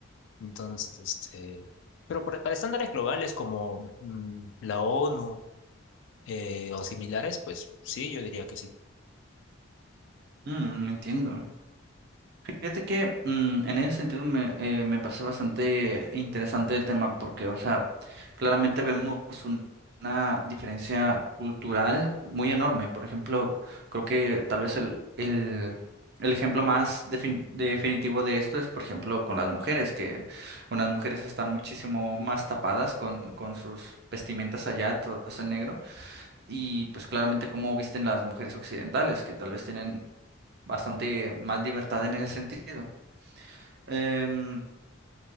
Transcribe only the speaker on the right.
Mm, entiendo. Fíjate que mm, en ese sentido me, eh, me parece bastante interesante el tema porque, o sea, claramente vemos un- una diferencia cultural muy enorme. Por ejemplo, creo que tal vez el, el, el ejemplo más defin- definitivo de esto es, por ejemplo, con las mujeres, que unas mujeres están muchísimo más tapadas con, con sus vestimentas allá, todas en negro y pues claramente cómo visten las mujeres occidentales, que tal vez tienen bastante más libertad en ese sentido. Em,